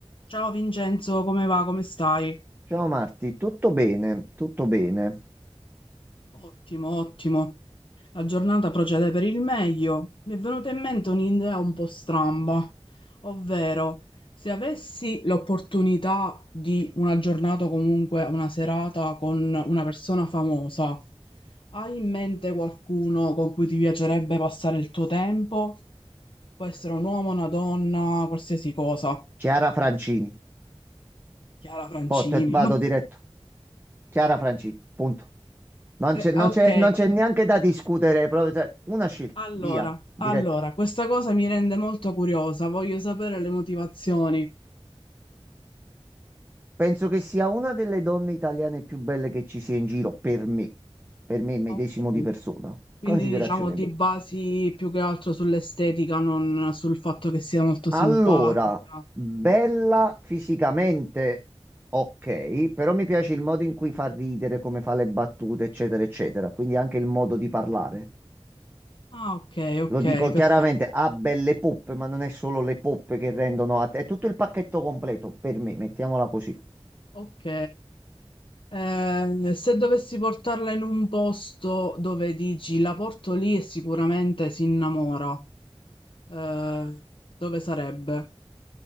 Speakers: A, on the left; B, on the right.
A: Ciao Vincenzo, come va? Come stai?
B: Ciao Marti, tutto bene, tutto bene.
A: Ottimo, ottimo. La giornata procede per il meglio. Mi è venuta in mente un'idea un po' stramba, ovvero se avessi l'opportunità di una giornata o comunque una serata con una persona famosa, hai in mente qualcuno con cui ti piacerebbe passare il tuo tempo? Può essere un uomo, una donna, qualsiasi cosa.
B: Chiara Francini,
A: Chiara Francini.
B: poi te- vado
A: <laughs>
B: diretto. Chiara Francini, punto. Non
A: Eh,
B: c'è non
A: ah,
B: c'è-
A: Ok,
B: non c'è neanche da discutere, proprio, cioè, una scelta,
A: Allora,
B: via, diretto.
A: allora, questa cosa mi rende molto curiosa, voglio sapere le motivazioni.
B: Penso che sia una delle donne italiane più belle che ci sia in giro, per me, per me medesimo
A: Ok.
B: di persona.
A: Quindi
B: Considerazione
A: diciamo ti
B: mia.
A: basi più che altro sull'estetica, non sul fatto che sia molto simpatica.
B: Allora, bella fisicamente, ok, però mi piace il modo in cui fa ridere, come fa le battute, eccetera, eccetera. Quindi anche il modo di parlare.
A: Ah, ok, ok,
B: Lo dico
A: perfetto.
B: chiaramente, ha belle poppe, ma non è solo le poppe che rendono a te, è tutto il pacchetto completo per me, mettiamola così.
A: Ok, Eh, se dovessi portarla in un posto dove dici la porto lì e sicuramente si innamora, eh, dove sarebbe?